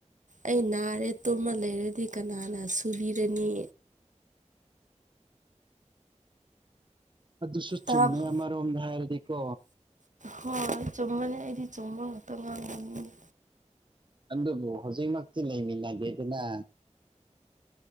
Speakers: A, on the right; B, on the right.
A: ꯑꯩ ꯅꯥꯔꯦꯠꯇꯣꯃ ꯂꯩꯔꯗꯤ ꯀꯅꯥꯅ ꯁꯨꯕꯤꯔꯅꯤ꯫
B: ꯑꯗꯨꯁꯨ
A: ꯇꯥꯕ
B: ꯆꯨꯝꯃꯦ ꯑꯃꯔꯣꯝꯗ ꯍꯥꯏꯔꯗꯤꯀꯣ
A: ꯍꯣꯏ ꯆꯨꯝꯕꯅꯤ ꯑꯩꯗꯤ ꯆꯨꯝꯕ ꯉꯛꯇ ꯉꯥꯡꯕꯅꯤꯅꯦ꯫
B: ꯑꯗꯨꯕꯨ ꯍꯧꯖꯤꯛꯃꯛꯇꯤ ꯂꯩꯃꯤꯟꯅꯗꯦꯗꯅ